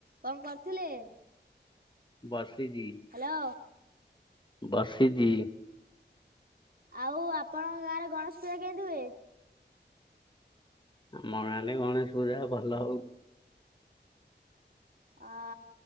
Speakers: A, on the right (about 50°); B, on the left (about 25°).
A: କଣ କରିଥିଲେ?
B: ବସିଚି
A: ହାଲୋ
B: ବସିଚି।
A: ଆଉ ଆପଣଙ୍କ ଗାଁ ରେ ଗଣେଶ ପୂଜା କେମିତି ହୁଏ?
B: ଆମ ଗାଁ ରେ ଗଣେଶ ପୂଜା ଭଲ ହଉ
A: ଆ